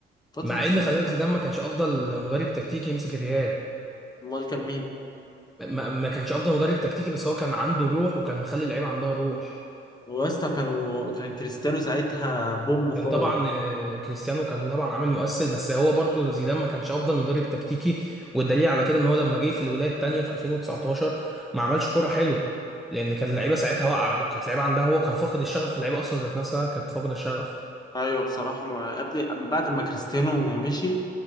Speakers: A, on the left; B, in the centre.
A: فتره
B: مع ان
A: زيدان
B: خلي بالك زيدان ما كانش افضل مدرب تكتيكي يمسك الريال
A: امال كان مين
B: ما, ما كانش افضل مدرب تكتيكي بس هو كان عنده روح وكان مخلي اللعيبه عندها روح
A: ويسطا كانوا كان كريستيانو ساعتها بوم خالص
B: كان طبعا آه، كريستيانو كان طبعا عامل مؤثر بس هو برضه زيدان ما كانش افضل مدرب تكتيكي والدليل على كده ان هو لما جه في الولايه الثانيه في 2019 ما عملش كوره حلوه لان كان اللعيبه ساعتها واقعه وكانت اللعيبه عندها هو كان فاقد الشغف واللعيبه اصلا ذات نفسها كانت فاقده الشغف
A: ايوه بصراحه ما يا ابني من بعد ما كريستيانو مشي